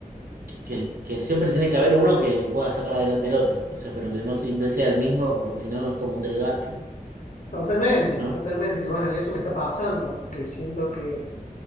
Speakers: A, on the right; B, on the left.
A: que, que siempre tiene que haber uno que pueda sacar adelante al otro. O sea, pero que no siempre sea el mismo, porque si no es como un desgaste,
B: Totalmente,
A: ¿no?
B: totalmente. Bueno, y eso me está pasando, que siento que